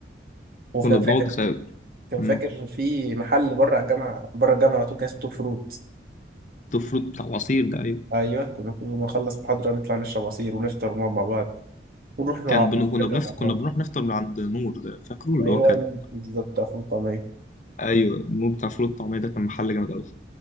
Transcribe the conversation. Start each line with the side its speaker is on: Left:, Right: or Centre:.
Right: وكان
Left: كنا
Right: فاكر
Left: بنقعد نسال
Right: كان
Left: مم.
Right: فاكر في محل بره على الجامعة بره الجامعة على طول كان اسمه توب فروت
Left: ده الفروت بتاع العصير ده ايوه
Right: أيوه كنا كل ما نخلص محاضرة نطلع نشرب عصير ونفطر ونقعد مع بعض ونروح مع
Left: كان بن... كنا
Right: نرجع
Left: بنفطر
Right: مع بعض
Left: كنا بنروح نفطر من عند نور ده فاكره اللي
Right: أيوه
Left: هو كان
Right: بالظبط بتاع فول وطعمية
Left: ايوه نور بتاع فول الطعميه ده كان محل جامد قوي